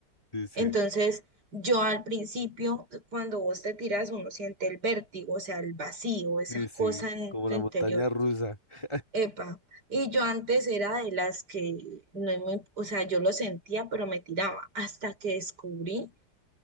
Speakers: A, on the left; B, on the right.
A: Sí, sí.
B: Entonces, yo al principio, cuando vos te tiras, uno siente el vértigo, o sea, el vacío, esa
A: Sí, sí.
B: cosa en
A: Como
B: tu
A: la
B: interior.
A: montaña rusa. <laughs>
B: Epa. Y yo antes era de las que no me, o sea, yo lo sentía, pero me tiraba, hasta que descubrí